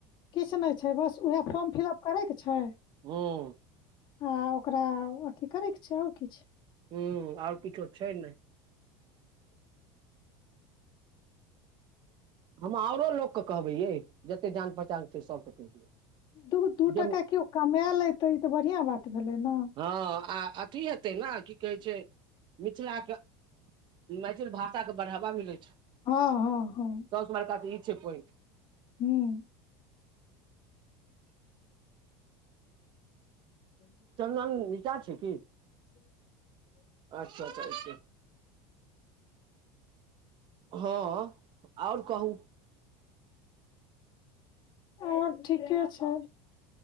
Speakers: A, on the left; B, on the right.
A: किछु नहि छै बस उएह फर्म फिलअप करय के छै
B: हूँ
A: ओकरा अथी करेके छै आओर किछु
B: ह आओर किछो छै ने हम आओरो लोकके कहबै यै जतेक जान पहचान छै सभके कहि दियै
A: दू दू
B: जे
A: टाका केओ कमा लेतै ई तऽ बढ़िआ बात भेलै ने
B: ह आ अथी हेतै ने की कहै छै मिथिला के मैथिल भाषा के बढ़ावा मिलै छै
A: हँ हँ हँ
B: सौस बड़का तऽ ई छै पोइट
A: हूँ। हूँ।
B: चन्दन नीचा छै कि
A: ह।
B: अच्छा अच्छा अच्छा ह आओर कहू
A: आओर ठीके छै